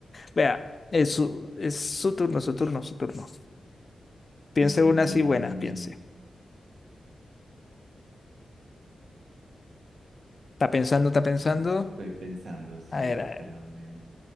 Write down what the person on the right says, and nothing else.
Mm,
estoy pensando, sí,
espérame.